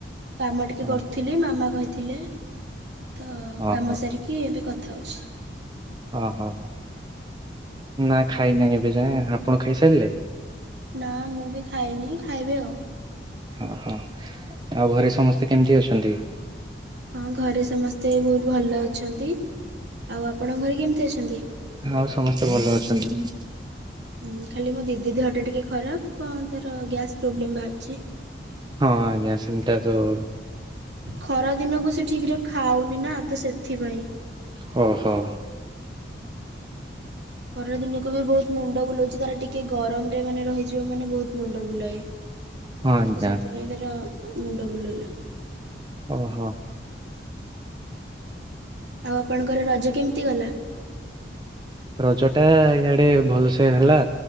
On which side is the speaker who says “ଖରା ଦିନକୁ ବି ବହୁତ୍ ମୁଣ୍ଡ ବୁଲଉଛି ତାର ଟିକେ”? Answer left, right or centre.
Right